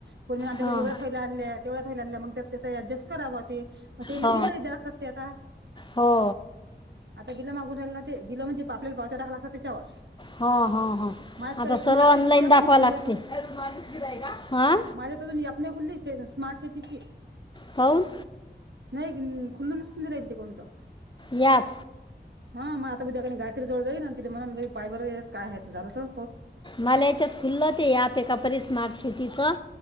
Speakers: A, on the right; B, on the left.
A: कोणी म्हने, आमच्या
B: हां
A: घरी एवढ्या थयल्या आणल्या. तेवढ्या थयल्या आणल्या. मग त्या अडजस्ट कराव ते. पण ते ले
B: हो
A: बि लई दाखवत्यात्या.
B: हो
A: आता बिलं मागून राहिला ना ते. बिलं म्हणजे, पा आपल्याला पावत्या टाकलात्या त्याच्यावर.
B: हा, हा, हा.
A: माझ
B: आता
A: तर स्मार्ट
B: सर्व ऑनलाईन
A: शेतीची ॲप
B: दाखवा
A: नाही खुलली
B: लागते. <unintelligible> हा.
A: माझ्यातून <unintelligible> <unintelligible> खुलीचय स्मार्ट सिटीचय.
B: काऊन?
A: नाही गं, खुलूनच नाही राहिलते, कोणतं.
B: ॲप.
A: हा, मग आता उद्या कनि, गायत्री जवळ जाईनन, तिले म्हनीन बाई, पाय बरे यात काय हाय त झालंत.
B: मला याच्यात खुलं ते ॲपय का, परी स्मार्ट सिटीचं?